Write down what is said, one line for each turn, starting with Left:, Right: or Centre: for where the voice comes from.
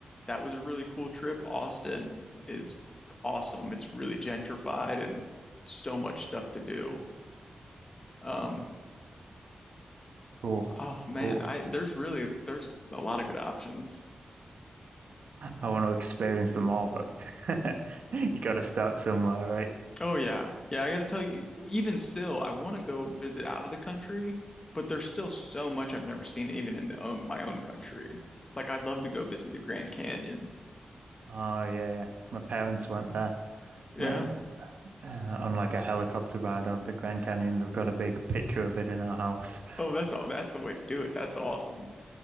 Left: That was a really cool trip. Austin is awesome. It's really gentrified and so much stuff to do. Um,
Right: Oh,
Left: oh man,
Right: oh,
Left: I there's really there's a lot of good options.
Right: I want to experience them all, but <laughs> you got to start somewhere, right?
Left: Oh yeah. Yeah, I gotta tell you, even still, I want to go visit out of the country, but there's still so much I've never seen even in the own my own country. Like I'd love to go visit the Grand Canyon.
Right: Oh yeah, yeah. My parents went there.
Left: Yeah.
Right: When uh, on like a helicopter ride over the Grand Canyon. They've got a big picture of it in our house.
Left: Oh, that's all. That's the way to do it. That's awesome.